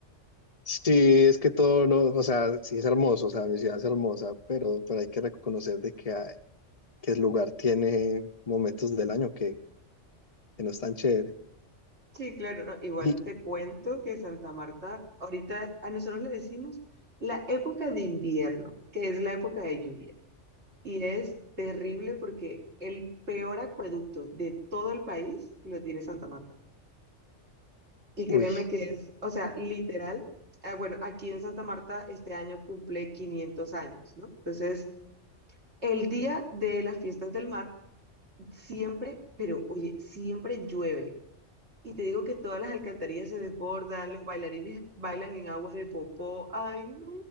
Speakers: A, on the left; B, on the right.
A: Sí, es que todo no, o sea, sí es hermoso, o sea, mi ciudad es hermosa, pero, pero hay que reconocer de que, hay- que el lugar tiene momentos del año que, que no están chévere.
B: Sí, claro, ¿no? Igual
A: Y,
B: te cuento que Santa Marta, ahorita a nosotros le decimos la época de invierno, que es la época de lluvia. Y es terrible porque el peor acueducto de todo el país lo tiene Santa Marta. Y créeme
A: uy,
B: que es, o sea, literal, ah, bueno, aquí en Santa Marta este año cumple 500 años, ¿no? Entonces, el día de las fiestas del mar siempre, pero oye, siempre llueve. Y te digo que todas las alcantarillas se desbordan, los bailarines bailan en agua de popó. Ay, no,